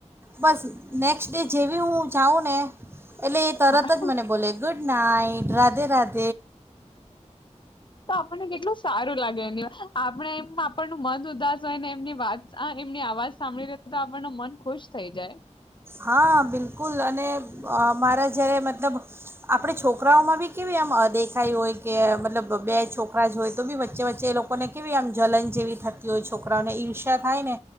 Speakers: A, on the right; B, on the left.
A: બસ નેક્સ્ટ ડે જેવી હું જાઉં ને. એટલે એ તરત
B: હા
A: જ મને બોલે ગુડ નાઈટ. રાધે રાધ
B: તો આપણને કેટલું સારું લાગે એની આપણે એમ આપણ ન મન ઉદાસ હોયને એમની વાત એમની અવાજ સાંભળી લે તો આપણ ન મન ખુશ થઈ જાય.
A: હા બિલકુલ અને મારા જ્યારે મતલબ આપણે છોકરાઓમાં બી કેવી એમ દેખાય હોય કે મતલબ બે છોકરા જ હોય તો બી વચ્ચે વચ્ચે એ લોકોને કેવી એમ જલન જેવી થતી હોય છોકરાઓને ઈર્ષ્યા થાય ને.